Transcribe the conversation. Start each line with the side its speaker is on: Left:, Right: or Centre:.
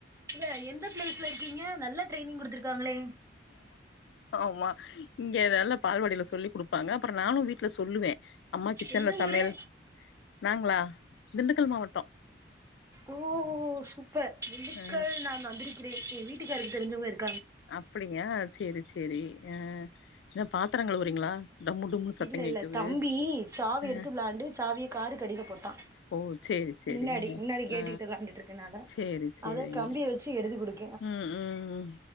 Right: இல்ல எந்த பிளேஸ்ல இருக்கீங்க நல்லா ட்ரெனிங் குடுத்துருக்காங்களே
Left: ஆமா இங்க இதெல்லா பால்வாடில சொல்லி் குடுப் பாங்க அப்பற நானு வீட்ல சொல்லுவே அம்மா கிச்சன்ல
Right: எந்த
Left: சமையல்
Right: ஊரு
Left: நாங்களா திண்டுக்கல் மாவட்ட
Right: ஓஹோ சூப்பர் திண்டுக்கல்
Left: ஆ
Right: நா வந்திருக்கிறேன் எ வீட்டுக்காருக்கு தெரிஞ்சவ்ங்க இருக்
Left: அப்டிங்கா சேரி சேரி ஆ என்ன பாத்தரங் கழுவுறீங்களா டம்மு டும்முன்னு சத்தம்
Right: இல்ல
Left: கேக்குது
Right: இல்ல தம்பி சாவி
Left: அ
Right: எடுத்து வெளாண்டு சாவிய காருக்கு அடில போட்டா
Left: ஓ சேரி சேரிங்க
Right: முன்னாடி முன்னாடி கேட்டுக்கிட்ட
Left: ஆ
Right: வெளாண்டுட்ருக்கனால
Left: சேரி சேரிங்க
Right: அத கம்பிய வச்சு எடுத்து குடுத்
Left: ம் ம்